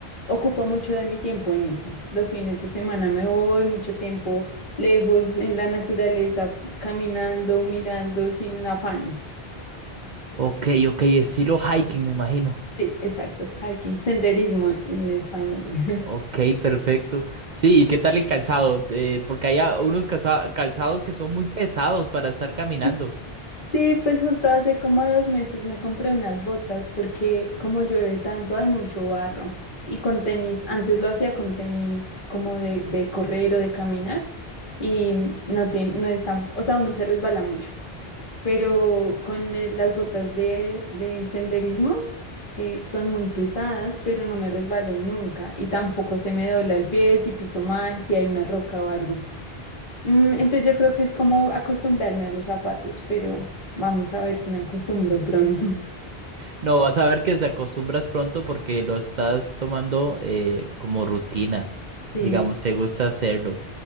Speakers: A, on the left; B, on the right.
A: ocupo mucho de mi tiempo en eso. Los fines de semana me voy mucho tiempo lejos en la naturaleza, caminando, mirando sin afán.
B: Ok, ok, estilo hiking, me imagino.
A: Sí, exacto, hiking, senderismo en español. <laughs>
B: Ok, perfecto. Sí, ¿y qué tal el calzado? Eh, porque hay a- unos calza- calzados que son muy pesados para estar caminando.
A: Sí, Sí, pues justo hace como dos meses me compré unas botas porque como llueve tanto hay mucho barro y con tenis, antes lo hacía con tenis como de, de correr o de caminar y mm, no, te, no es tan, o sea, uno se resbala mucho, pero con le- las botas de, de senderismo eh, son muy pesadas, pero no me resbalo nunca y tampoco se me dobla el pie si piso mal, si hay una roca o algo. Mm, entonces yo creo que es como acostumbrarme a los zapatos, pero vamos a ver si me acostumbro pronto.
B: No, vas a ver que te acostumbras pronto porque lo estás tomando eh, como rutina.
A: Sí,
B: Digamos, te gusta hacerlo.